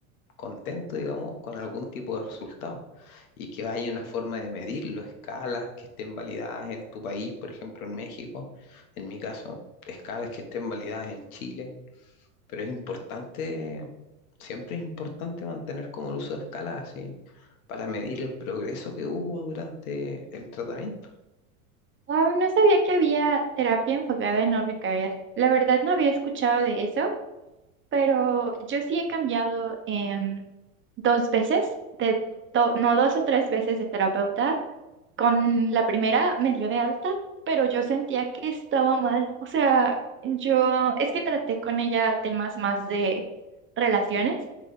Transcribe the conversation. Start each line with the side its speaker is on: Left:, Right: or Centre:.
Left: contento, digamos, con algún tipo de resultado. Y que haya una forma de medirlo, escalas que estén validadas en tu país, por ejemplo, en México, en mi caso, escalas que estén validadas en Chile pero es importante, siempre es importante mantener como el uso de escala así, para medir el progreso que hubo durante el tratamiento.
Right: Wow, no sabía que había terapia enfocada en no recaer. La verdad no había escuchado de eso. Pero yo sí he cambiado em, dos veces, de, do- no dos o tres veces de terapeuta. Con la primera me dio de alta, pero yo sentía que estaba mal. O sea, yo es que traté con ella temas más de relaciones